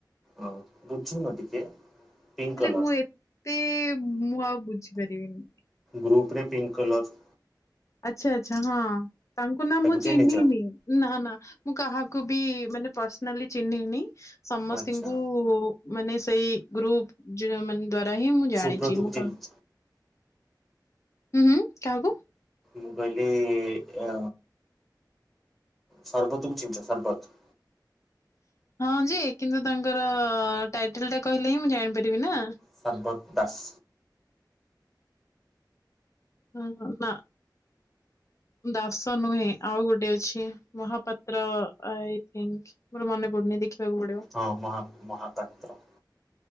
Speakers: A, in the centre; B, on the left.
A: ହଁ ବୁଝୁନ ଟିକେ। ପିଙ୍କ କଲର
B: ଆରେ ମୁଁ ଏତେ ମୁଁ ଆଉ ବୁଝିପାରିବିନି।
A: ଗ୍ରୁପରେ ପିଙ୍କ କଲର୍
B: ଆଛା ଆଛା ହଁ ତାଙ୍କୁ ନା
A: ତାକୁ
B: ମୁଁ
A: ଚିହ୍ନିଛ
B: ଚିହ୍ନିନି। ନା ନା ମୁଁ କାହାକୁ ବି ମାନେ ପର୍ସନାଲି ଚିହ୍ନିନି ସମସ୍ତିଙ୍କୁ
A: ଆଚ୍ଛା
B: ମାନେ ସେଇ ଗ୍ରୁପ ଯୋ ମାନେ ଦ୍ଵାରା ହିଁ ମୁଁ ଜାଣିଚି
A: ସୁବ୍ରତକୁ
B: ମୁଁ
A: ଚିହ୍ନିଚ
B: କଁ ହୁଁ ହୁଁ କାହାକୁ?
A: ମୁଁ କହିଲି ଅ ସରବତକୁ ଚିହ୍ନିଚ ସରବତ?
B: ହଁ ଯେ କିନ୍ତୁ ତାଙ୍କର ଟାଇଟେଲ ଟା କହିଲେ ହିଁ ମୁଁ ଜାଣିପାରିବି ନା।
A: ସରବତ ଦାସ୍।
B: ହଁ ହଁ ନା। ଦାସ ନୁହେଁ ଆଉ ଗୋଟେ ଅଛି ମହାପାତ୍ର ଆଏ ଥିଙ୍କ୍ ମୋର ମନେପଡୁନି ଦେଖିବାକୁ ପଡିବ।
A: ହଁ ମହା ମହାପାତ୍ର।